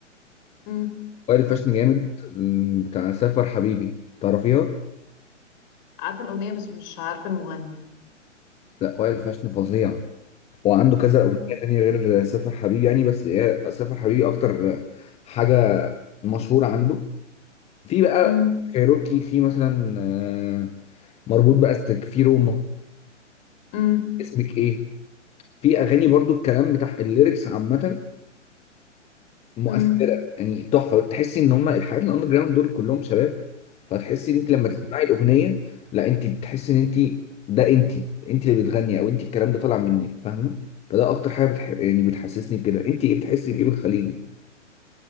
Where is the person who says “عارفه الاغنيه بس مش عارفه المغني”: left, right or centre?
Left